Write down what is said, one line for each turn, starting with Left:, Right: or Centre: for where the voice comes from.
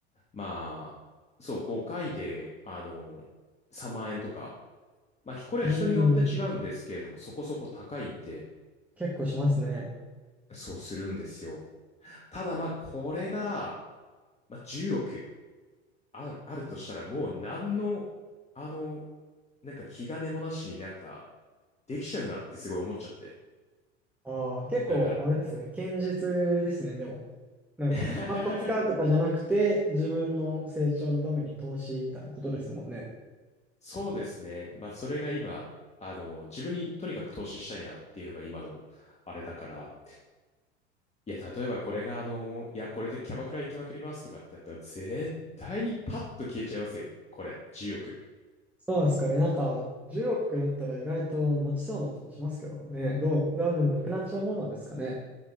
Left: まあ、そう、5回で、あのー3万円とか、まあ、これは人によって違うんですけれども、
Centre: うん、
Left: そこそこ高いんで、
Centre: 結構しますね。
Left: そうするんですよ。ただまあ、これが、まあ、10億ある、あるとしたら、もう何の、あの、なんか気兼ねもなしになんか、できちゃうなってすごい思っちゃって。
Centre: ああ、結構、
Left: だから、
Centre: あれですね、堅実ですね、でも。なんか、
Left: <laughs>
Centre: パッと使うとかじゃなくて、自分の成長のために投資みたいなことですもんね。
Left: そうですね。まあ、それが今、あの、自分にとにかく投資したいなっていうのが今の、あれだから、いや、例えばこれがあの、いや、これでキャバクラ行きまくりますとかってやったら、絶対にパッと消えちゃいますよ。これ、10億。い
Centre: そうですかね、なんか、10億だったら意外と持ちそうな気もしますけどね、どう、ダウンでもなくなっちゃうものなんですかね。